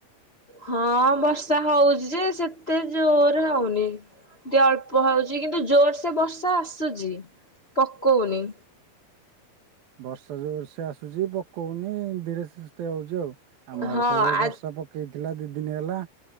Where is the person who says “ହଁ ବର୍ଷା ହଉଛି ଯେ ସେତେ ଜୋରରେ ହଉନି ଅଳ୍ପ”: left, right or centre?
Left